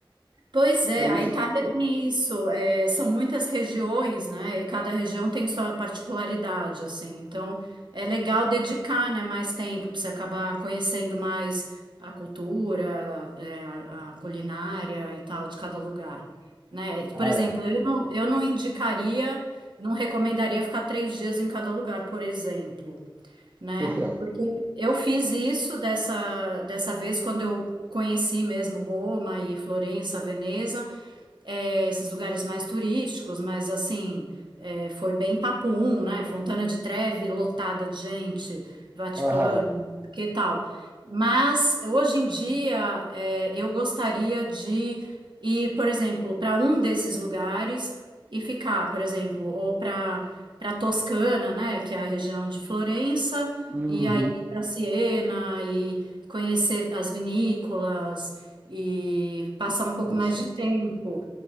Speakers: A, on the right (about 60°); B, on the right (about 20°).
A: Pois é,
B: É
A: a
B: isso
A: Itália
B: que.
A: tem isso, é, são muitas regiões, né? E cada região tem sua particularidade, assim. Então, é legal dedicar, né, mais tempo para você acabar conhecendo mais a cultura, é, a culinária e tal de cada lugar, né? Por
B: Ah,
A: exemplo,
B: é.
A: eu não, eu não indicaria, não recomendaria ficar três dias em cada lugar, por exemplo, né?
B: Por quê?
A: Eu fiz isso dessa, dessa vez quando eu conheci mesmo Roma e Florença, Veneza é, esses lugares mais turísticos, mas assim, é, foi bem papum, né? Fontana de Trevi lotada de gente, Vaticano,
B: Aham.
A: que tal? Mas hoje em dia, é, eu gostaria de ir, por exemplo, para um desses lugares e ficar, por exemplo, ou para para Toscana, né, que é a região de Florença,
B: Uhum.
A: e aí para Siena e conhecer as vinícolas e passar um pouco mais
B: Isso.
A: de tempo.